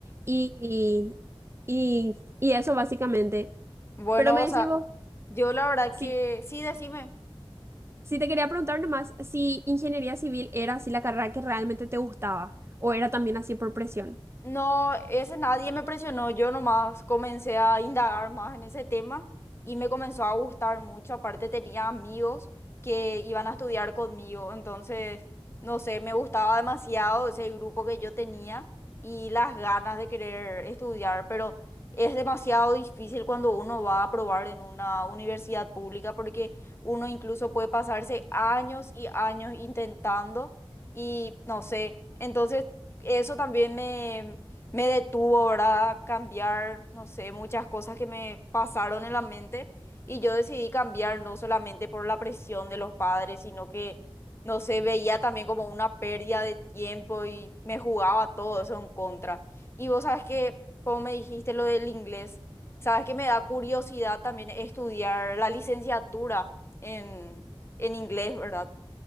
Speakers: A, on the right (about 25°); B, on the left (about 25°).
A: Y, y, y eso básicamente.
B: Bueno,
A: Pero me
B: o sea,
A: decís vos.
B: yo la verdad
A: sí
B: que sí, decime.
A: Sí, te quería preguntar nomás si ingeniería civil era así la carrera que realmente te gustaba o era también así por presión.
B: No, ese nadie me presionó, yo nomás comencé a indagar más en ese tema y me comenzó a gustar mucho, aparte tenía amigos que iban a estudiar conmigo, entonces, no sé, me gustaba demasiado ese grupo que yo tenía y las ganas de querer estudiar, pero es demasiado difícil cuando uno va a probar en una universidad pública porque uno incluso puede pasarse años y años intentando y no sé, entonces eso también me, me detuvo, ¿verdad? A cambiar, no sé, muchas cosas que me pasaron en la mente y yo decidí cambiar no solamente por la presión de los padres, sino que, no sé, veía también como una pérdida de tiempo y me jugaba todo eso en contra. Y vos sabes que, como me dijiste lo del inglés, sabes que me da curiosidad también estudiar la licenciatura en, en inglés, ¿verdad?